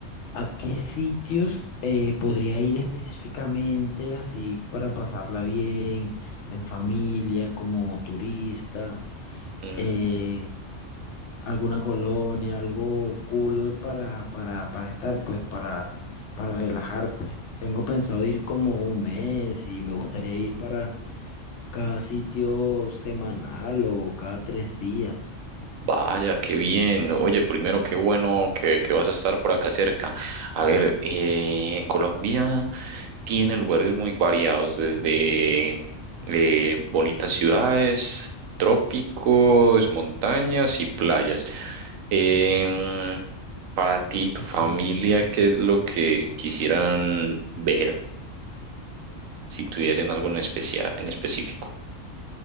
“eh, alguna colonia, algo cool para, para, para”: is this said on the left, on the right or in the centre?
Left